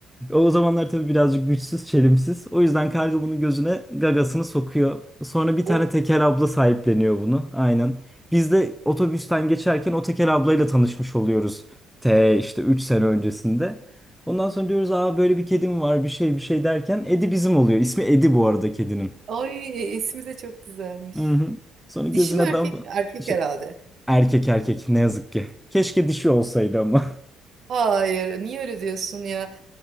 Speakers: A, in the centre; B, on the right.
A: O zamanlar tabii birazcık güçsüz, çelimsiz. O yüzden karga bunun gözüne gagasını sokuyor. Sonra bir tane
B: Oh,
A: teker abla sahipleniyor bunu. Aynen. Biz de otobüsten geçerken o teker ablayla tanışmış oluyoruz. T işte 3 sene öncesinde. Ondan sonra diyoruz aa böyle bir kedim var bir şey bir şey derken Edi bizim oluyor. İsmi Edi bu arada kedinin.
B: ay ismi de çok güzelmiş.
A: Hı-hı. Sonra gözüne
B: Dişi mi erkek
A: dam
B: mi? Erkek
A: şey,
B: herhalde.
A: erkek erkek ne yazık ki. Keşke dişi olsaydı ama.
B: Hayır, niye öyle diyorsun ya?